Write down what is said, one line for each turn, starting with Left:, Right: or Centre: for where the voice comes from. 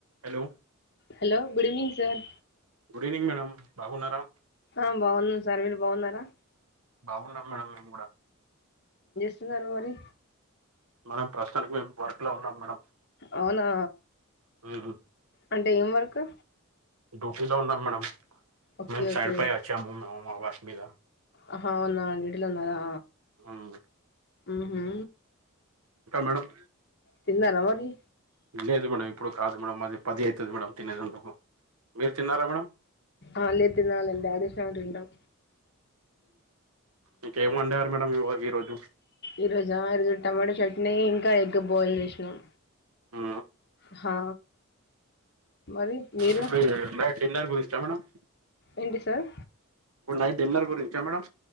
Right: Hello
Left: hello good evening sir
Right: good evening madam బాగున్నారా
Left: ఆ బాగున్నా సార్ మీరు బాగున్నారా
Right: బాగున్నాం మేడం మేము కూడా
Left: తిన్నారా మరి
Right: మేడం ప్రస్తుతానికి మేము వర్క్ లో ఉన్నాం మేడం
Left: అవునా
Right: మ్మ్.
Left: అంటే ఏం వర్కు
Right: డ్యూటీలో ఉన్నా మేడం
Left: ఓకే
Right: మ
Left: ఓకే
Right: సైడ్ పై వచ్చాము మా వర్క్ మీద
Left: ఆ అవునా డ్యూటీ లో ఉన్నారా
Right: అవు
Left: ఉ ఊ
Right: మేడం
Left: తిన్నార మరి
Right: లేదు మేడం ఇప్పుడు కాదు మాది పది అవుతుంది మేడం తినేదందుకు మీరు తిన్నారా మేడం
Left: ఆ అ లే తినాలి డాడీ వచ్చింకా తిందాం
Right: ఇంకేం వండారు మేడం ఇవాల ఈ రోజు
Left: ఈ రోజా ఈ రోజు టమాటో చట్నీ ఇంకా ఎగ్ బాయిల్ చేసినాం
Right: ఆ
Left: హా మరి మీరు
Right: ఇప్పుడు నైట్ డిన్నర్ గురించా మేడమ్
Left: ఏంటి సార్
Right: ఇప్పు నైట్ డిన్నర్ గురించా మేడం